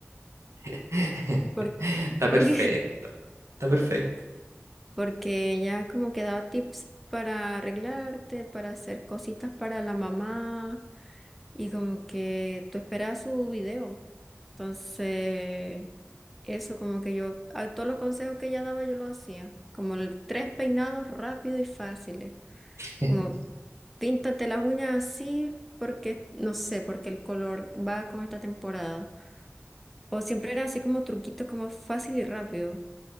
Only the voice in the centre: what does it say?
porque,
<laughs>
porque,
porque ella como que daba tips para arreglarte, para hacer cositas para la mamá, y como que tú esperabas su video. Entonces, eso como que yo, a todos los consejos que ella daba, yo los hacía. Como el- tres peinados rápidos y fáciles.
Como píntate las uñas así porque, no sé, porque el color va con esta temporada. O siempre era así como truquitos como fácil y rápido.